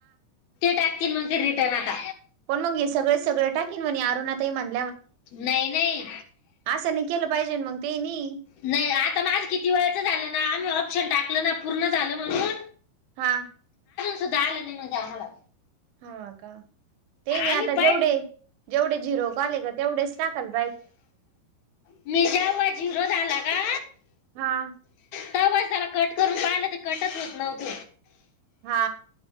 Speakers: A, on the left; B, on the right.
A: टाकतील मग ते रिटर्न आता
B: पण मग हे सगळे सगळे टाकीन म्हणे अरुणातही मान
A: नाही नाही
B: अस नाही केलं पाहिजे. ना मग ते नाही
A: नाही आता माझ किती वेळच झालं ना आम्ही ऑप्शन टाकल ना. पूर्ण झालं म्हणून
B: हा
A: ध आलं नाही म्हणजे आम्हाला
B: हा का ते नाही
A: आम्ही
B: आता
A: पै
B: जेवढे जेवढे झिरो का आले का तेवढेच टाकाल
A: मी जेव्हा झिरो झाला का.
B: हा
A: तेव्हाच त्याला कट करून पाहिलं ते कटच होत नव्हत.
B: हा.